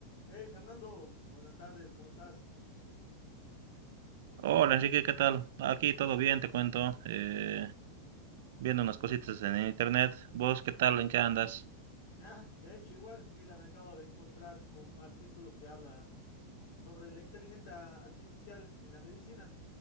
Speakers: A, on the left (about 55°); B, on the right (about 55°).
A: Hey Fernando, buenas tardes, ¿cómo estás?
B: Hola Enrique, ¿qué tal? Aquí todo bien, te cuento. eh, viendo unas cositas en internet. ¿Vos qué tal? ¿En qué andas?
A: Ah, de hecho, igual, mira, me acabo de encontrar con un artículo que habla sobre la inteligencia artificial en la medicina.